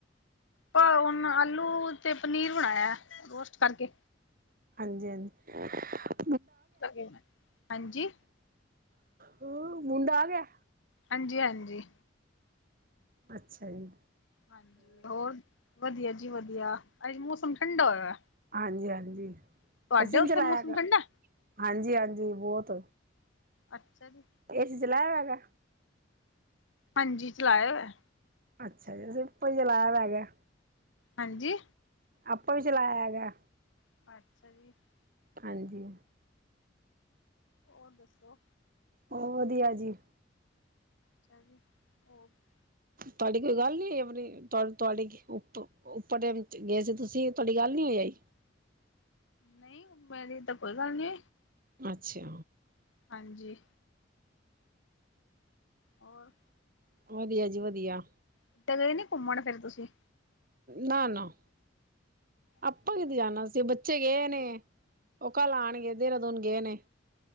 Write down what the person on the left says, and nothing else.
ਪਰ ਹੁਣ ਆਲੂ ਤੇ ਪਨੀਰ ਬਣਾਇਆ ਰੋਸਟ ਕਰਕੇ।
ਲ ਹਾਂਜੀ।
ਹਾਂਜੀ-ਹਾਂਜੀ,
ਹਾਂਜੀ ਹੋਰ ਵਧੀਆ ਜੀ ਵਧੀਆ ਅੱਜ ਮੌਸਮ ਠੰਡਾ ਹੋਇਆ।
ਤੁਹਾਡੇ
ਉੱਥੇ
ਮੌਸਮ
ਠੰਡਾ
ਅੱਛਾ ਜੀ।
ਹਾਂਜੀ, ਚਲਾਈਆ ਹੋਈਆ,
ਹਾਂਜੀ,
<unintelligible>
ਹੋਰ ਦੱਸੋ?
<unintelligible>
ਨਹੀਂ ਐਵੇ ਦੀ ਤਾਂ ਕੋਈ ਗੱਲ ਨੀ।
ਹਾਂਜੀ, ਹੋਰ
ਕਿਤੇ ਗਏ ਨੀ ਘੁੰਮਣ ਫੇਰ ਤੁਸੀਂ?
ਅੱਛਾ
ਜੀ
ਅੱਛਾ
ਜੀ